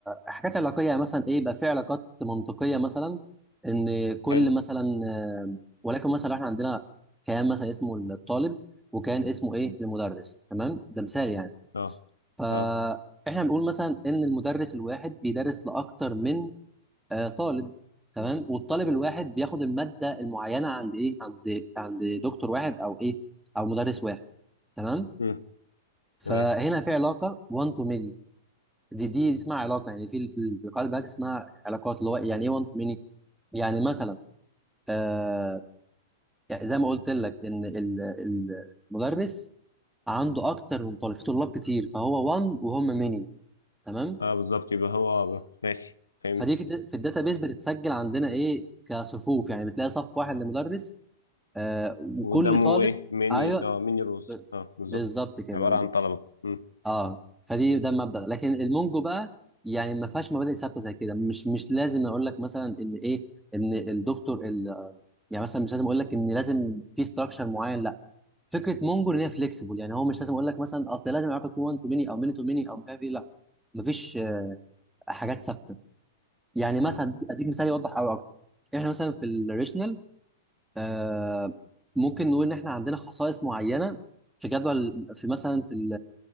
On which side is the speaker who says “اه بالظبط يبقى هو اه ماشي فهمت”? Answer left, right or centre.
Left